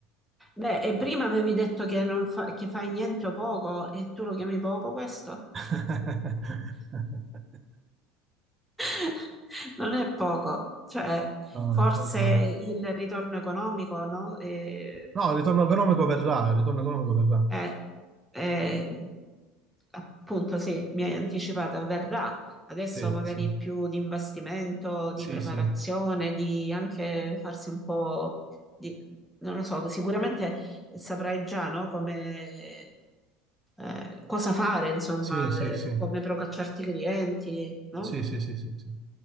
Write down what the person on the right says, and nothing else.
<laughs>
No, non
è poco, no.
No, il ritorno economico verrà, il ritorno economico verrà.
Sì,
sì,
sì,
sì,
sì, sì,
sì,
sì, sì, sì, sì, sì.